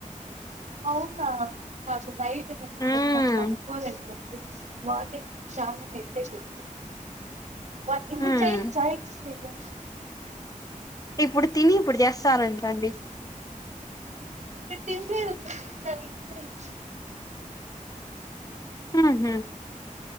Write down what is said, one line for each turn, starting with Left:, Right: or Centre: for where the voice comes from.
Right: అవునా పాసందై కున్నా
Left: హ్మ్
Right: పనుకోలెదు మళ్లీ వాటే చాలా పెద్ద కిట్టు బట్ ఇప్పుడు
Left: హ్మ్
Right: చేయచ్చా ఎక్స్ సైజు
Left: ఇప్పుడు తిని ఇప్పుడు చేస్తారంట అండి
Right: నేను తిండ్లేదు పొప్పు పగిలిపోయింది
Left: ఆహ